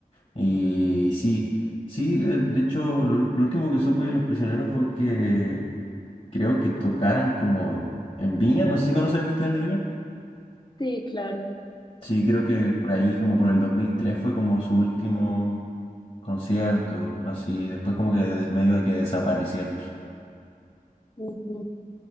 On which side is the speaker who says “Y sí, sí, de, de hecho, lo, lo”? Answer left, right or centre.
Left